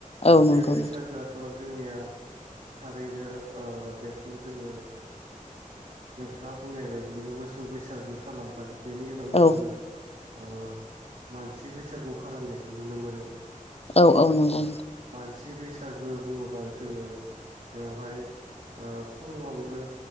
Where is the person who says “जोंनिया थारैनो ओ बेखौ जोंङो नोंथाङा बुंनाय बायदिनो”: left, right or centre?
Right